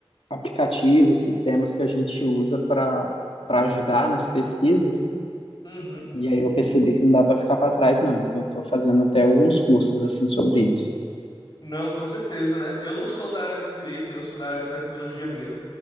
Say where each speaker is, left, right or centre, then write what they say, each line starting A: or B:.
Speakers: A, on the left; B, on the left.
A: aplicativos, sistemas que a gente usa para para ajudar nas pesquisas.
B: uhum.
A: E aí eu percebi que não dá para ficar para trás, não. Então eu tô fazendo até alguns cursos assim sobre isso.
B: Não, com certeza, né? Eu não sou da área de direito, né? Eu sou da área de tecnologia mesmo.